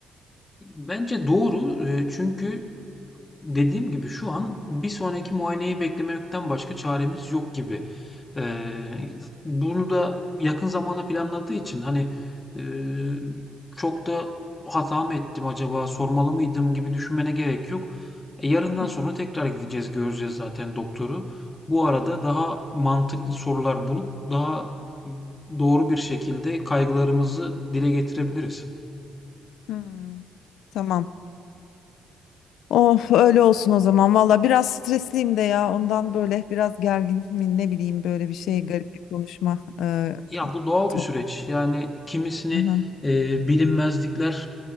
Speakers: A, on the left (about 25°); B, on the left (about 80°).
A: bence doğru, e, çünkü Dediğim gibi şu an bir sonraki muayeneyi beklemekten başka çaremiz yok gibi. Eee, bunu da yakın zamana planladığı için hani eee, çok da hata mı ettim acaba sormalı mıydım gibi düşünmene gerek yok. E, yarından
B: Hı
A: sonra
B: hı.
A: tekrar gideceğiz göreceğiz zaten doktoru. Bu arada daha mantıklı sorular bulup daha doğru bir şekilde kaygılarımızı dile getirebiliriz.
B: Hmm. Tamam. Of öyle olsun o zaman. Valla biraz stresliyim de ya. Ondan böyle biraz gergin mi ne bileyim böyle bir şey garip bir konuşma e,
A: Ya bu doğal
B: tonu.
A: bir süreç. Yani kimisini
B: Aha,
A: e, bilinmezlikler